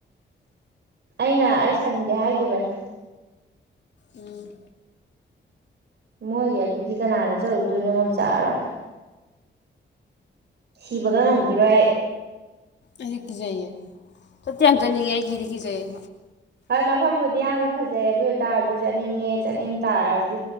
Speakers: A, on the right; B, on the left.
A: ꯑꯩꯅ ꯑꯩ ꯁꯪꯗꯦ ꯍꯥꯏꯈꯤꯕꯅꯦ
B: ꯎꯝ
A: ꯃꯣꯏꯒꯤ ꯑꯗꯨꯗꯤ ꯀꯅꯥꯅ ꯆꯠꯂꯨꯗꯣꯏꯅꯣ ꯉꯝꯖꯔꯔꯣꯏ ꯁꯤꯕꯒ ꯉꯝꯈꯤꯔꯣꯏ ꯑꯩ
B: ꯑꯩꯗꯤ ꯀꯤꯖꯩꯌꯦ ꯆꯠꯇꯤ ꯌꯥꯝ ꯆꯠꯅꯤꯡꯉꯦ ꯑꯩ ꯀꯤꯗꯤ ꯀꯤꯖꯩꯌꯦ
A: ꯍꯣꯏ ꯃꯐꯝꯕꯨꯗꯤ ꯌꯥꯝꯅ ꯐꯖꯩ ꯑꯗꯨ ꯑꯣꯏꯇꯥꯔꯁꯨ ꯆꯠꯅꯤꯡꯉꯦ ꯆꯠꯅꯤꯡ ꯇꯥꯔꯁꯨ